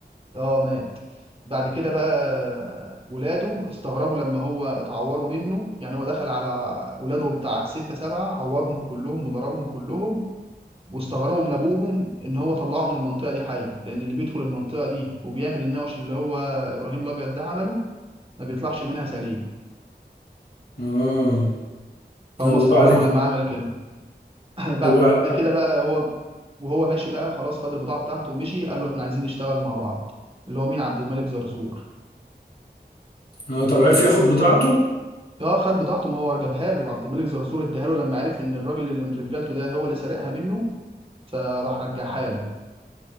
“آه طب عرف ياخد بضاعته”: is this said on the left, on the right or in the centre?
Left